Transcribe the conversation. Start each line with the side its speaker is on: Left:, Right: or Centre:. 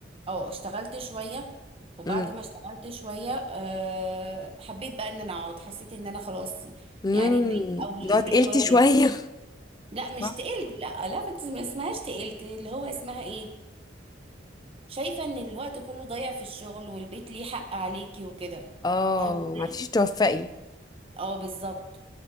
Right: اه اشتغلت شوية وبعد
Left: امم
Right: ما اشتغلت شوية أه حبيت بقى ان انا اقعد حسيت ان انا خلاص
Left: امم
Right: يعني البيت او
Left: لو
Right: البيت
Left: تقلتي
Right: واحد
Left: <laughs> شوية
Right: لا مش
Left: صح
Right: تقلت لا لا فت- ما اسمهاش تقلت اللي هو اسمها ايه شايفة ان الوقت كله ضايع في الشغل والبيت ليه حق عليكي وكده
Left: اه
Right: فاهمة ازاي؟
Left: ما عرفتيش توفقي
Right: اه بالظبط